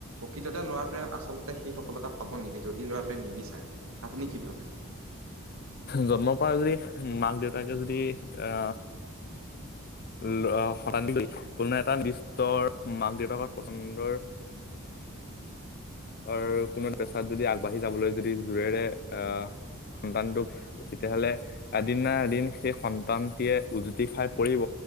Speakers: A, on the right; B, on the left.
A: দ্বিতীয়তে লৰাটোৱে আচলতে সেই সফলতা পাব নেকি যদি ল'ৰাটোৱে নিবিচাৰে আপুনি কি ভাবে?
B: জন্মৰ পৰা যদি মাক দেউতাকে যদি আহ ল শতাধিক কোনো এটা নিৰ্দিষ্টৰ মাক দেউতাকৰ পছন্দৰ আৰু কোনো পেচাত যদি আগবাঢ়ি যাবলৈ যদি জোৰেৰে অহ সন্তানটোক তেতিয়াহ'লে এদিন না এদিন সেই সন্তানটিয়ে উজুতি খাই পৰিব।